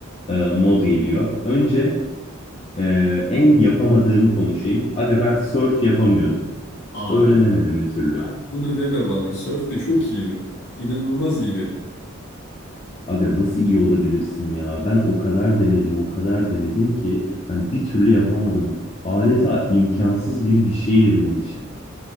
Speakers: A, on the left; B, on the left.
A: e, mod geliyor. Önce e, en yapamadığımı konuşayım. Aga ben surf yapamıyordum.
B: Abi
A: Öğrenemedim bir türlü.
B: bak bunu deme bana. Surf'te çok iyiydim. İnanılmaz iyiydim.
A: Aga nasıl iyi olabilirsin ya? Ben o kadar denedim, o kadar denedim ki hani bir türlü yapamadım. Adeta imkansız gibi bir şeydi benim için.